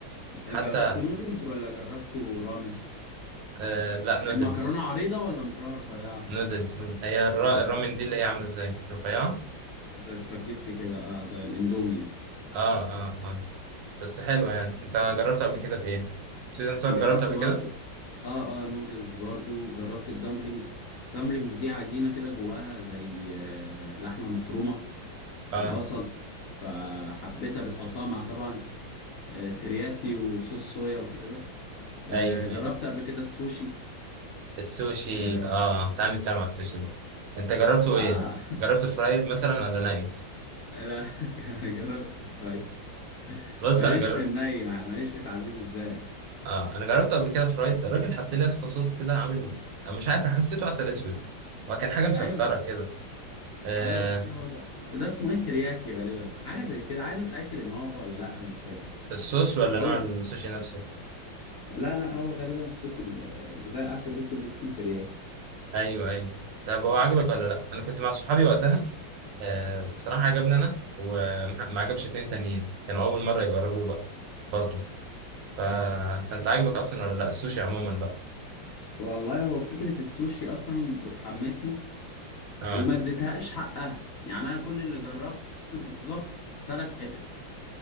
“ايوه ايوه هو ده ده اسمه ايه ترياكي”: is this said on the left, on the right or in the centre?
Left